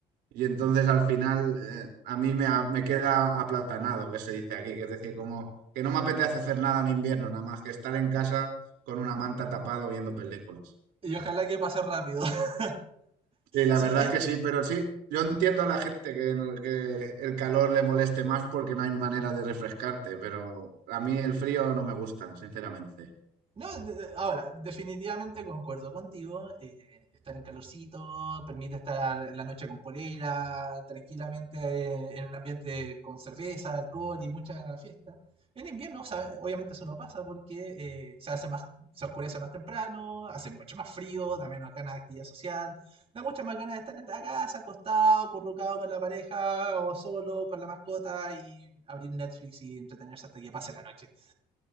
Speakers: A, on the right; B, on the right.
A: Y entonces al final eh, a mí me, a- me queda aplatanado, que se dice aquí, que es decir, como que no me apetece hacer nada en invierno, nada más que estar en casa con una manta tapado viendo películas.
B: Y ojalá que pase rápido. <laughs>
A: Sí, la
B: Sí,
A: verdad
B: es
A: es que sí, pero sí, yo entiendo a la gente que, no- que el calor le moleste más porque no hay manera de refrescarte, pero a mí el frío no me gusta, sinceramente.
B: No, de- de- ahora, definitivamente concuerdo contigo. eh, estar en calorcito permite estar la noche con polera, tranquilamente eh, en un ambiente con cerveza, alcohol y mucha fiesta. En invierno, sabe- obviamente eso no pasa porque eh, se hace más, se oscurece más temprano, hace mucho más frío, da menos ganas de actividad social, da muchas más ganas de estar en la casa, acostado, currucado con la pareja o solo con la mascota y abrir Netflix y entretenerse hasta que pase la noche.